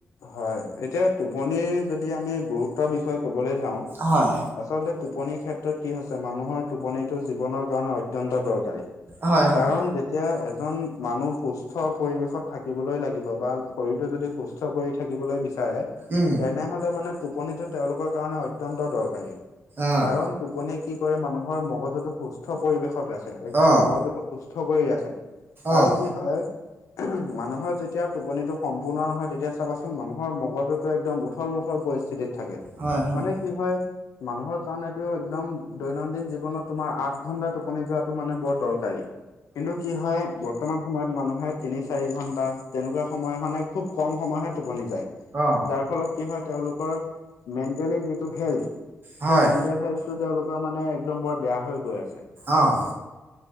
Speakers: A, on the left; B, on the right.
A: হয়, এতিয়া টোপনিৰ যদি আমি গুৰুত্বৰ বিষয়ে কবলে যাওঁ
B: হয়।
A: আচলতে টোপনিৰ ক্ষেত্ৰত কি হৈছে, মানুহৰ টোপনিতটো জীৱনৰ জীৱনত অত্যন্ত দৰকাৰী,
B: হয়, হয়,
A: কাৰণ যেতিয়া এজন মানুহ সুস্থ সুস্থ পৰিৱেশত থাকিবলৈ লাগিব বা শৰীৰটো যদি সুস্থ কৰি থাকিবলৈ বিচাৰে
B: উম,
A: তেনেহলে মানে টোপনিটো তেওঁলোকৰ কাৰণে অত্যন্ত দৰকাৰী,
B: অ',
A: কাৰণ টোপনিয়ে কি কৰে মানুহৰ মগজুতটো সুস্থ পৰিৱেশত ৰাখে, একদম
B: অ',
A: মগজুটো সুস্থ কৰি ৰাখে।
B: অ',
A: আৰু কি হয় মানুহৰ যেতিয়া টোপনিটো সম্পূৰ্ণ নহয়, তেতিয়া চাবাচোন মানুহৰ মগজুটো একদম উঠৰ মুঠৰ পৰিছ স্থিতিত থাকে।
B: হয়, হয়।
A: মানে কি হয় মানুহৰ কাৰণেটো একদম, দৈনন্দিন জীৱনত তোমাৰ আঠ ঘন্টা টোপনি যোৱাটো মানে বৰ দৰকাৰী। কিন্তু কি হয়, বৰ্তমান সময়ত মানুহে তিনি, চাৰি ঘন্টা তেনেকুৱা সময় মানে খুব কম সময়হে টোপনি যায়,
B: অ',
A: যাৰ ফলত কি হয়, তেওঁলোকৰ মেণ্টেলি যিটো হেল্থ সেই
B: হয়,
A: মেন্টেল হেল টো তেওঁলোকৰ মানে একদম বৰ বেয়া হৈ গৈ আছে।
B: অ'।